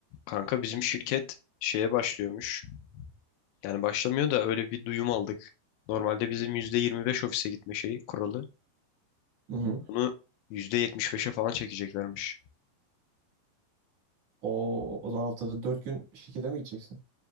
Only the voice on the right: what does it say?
Hı hı.
O, o zaman haftada 4 gün şirkete mi gideceksin?